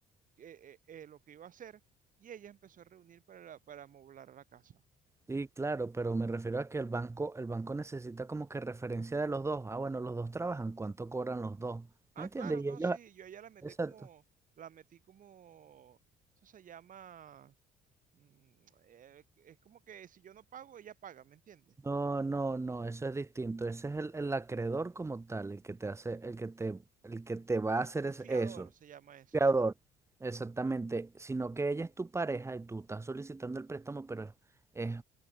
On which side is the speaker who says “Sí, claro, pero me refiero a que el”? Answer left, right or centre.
Right